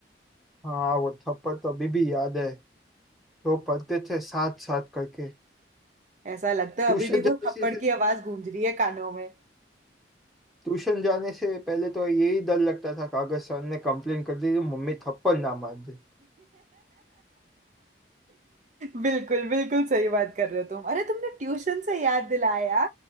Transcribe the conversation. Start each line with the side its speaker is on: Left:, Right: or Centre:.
Centre: हाँ वो थप्पड़ तो अभी भी याद है तो पढ़ते थे साथ साथ करके
Right: ऐसा लगता है
Centre: ट्यूशन
Right: अभी भी वो
Centre: जाने
Right: थप्पड़
Centre: से से-
Right: की आवाज गूंज रही है कानों में
Centre: ट्यूशन जाने से पहले तो यही डर लगता था कागज सर ने कंप्लेन कर दी तो मम्मी थप्पड़ ना मार दे
Right: बिल्कुल बिल्कुल सही बात कर रहे हो तुम अरे तुमने ट्यूशन से याद दिलाया